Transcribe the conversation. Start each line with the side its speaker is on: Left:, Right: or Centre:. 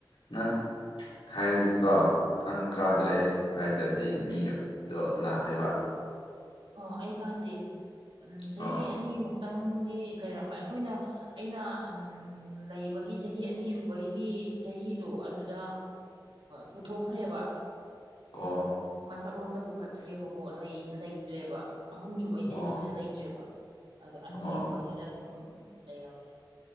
Left: ꯅꯪ ꯍꯥꯏꯔꯗꯤꯀꯣ ꯅꯪ ꯀꯥꯗ꯭ꯔꯦ
Right: ꯑꯥ
Left: ꯍꯥꯏꯗ꯭ꯔꯗꯤ ꯃꯤꯗꯣ ꯂꯥꯜꯂꯦꯕ
Right: ꯑꯣ ꯑꯩ ꯀꯥꯗꯦ ꯆꯍꯤ
Left: ꯑꯣ
Right: ꯑꯅꯤꯃꯨꯛꯇꯪꯗꯤ ꯂꯩꯔꯝꯃꯦ ꯑꯩꯈꯣꯏꯅ ꯑꯩꯅ ꯂꯩꯕꯒꯤ ꯆꯍꯤ ꯑꯅꯤ ꯁꯨꯕꯒꯤ ꯆꯍꯤꯗꯣ ꯑꯗꯨꯗ ꯄꯨꯊꯣꯛꯈ꯭ꯔꯦꯕ
Left: ꯑꯣ
Right: ꯃꯊꯛꯂꯣꯝꯗ ꯄꯨꯈꯠꯈ꯭ꯔꯦꯕꯀꯣ ꯂꯩ ꯂꯩꯇ꯭ꯔꯦꯕ ꯑꯍꯨꯝ ꯁꯨꯕꯩ
Left: ꯑꯣ
Right: ꯆꯍꯤꯗꯨꯗ ꯂꯩꯇ꯭ꯔꯦꯕ ꯑꯗꯣ ꯑꯅꯤꯁꯨꯕꯩꯗꯨꯗ
Left: ꯑꯣ
Right: ꯑꯗꯨꯝ ꯂꯩꯔꯝꯃꯦ